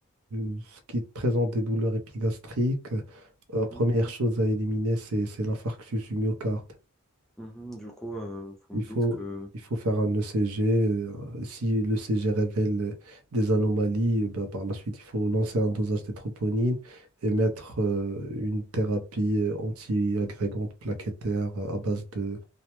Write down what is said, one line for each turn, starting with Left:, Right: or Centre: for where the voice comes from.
Right: euh, qui présente des douleurs épigastriques, euh, la
Centre: Mhm,
Right: première chose à éliminer, c'est, c'est l'infarctus du myocarde.
Centre: mhm. Du coup, euh, vous
Right: Il
Centre: me
Right: faut,
Centre: dites que
Right: il faut faire un ECG. euh, Si le CG révèle euh, des anomalies, eh ben, par la suite, il faut lancer un dosage des troponines et mettre euh, une thérapie euh, anti-agrégante plaquettaire euh, à base de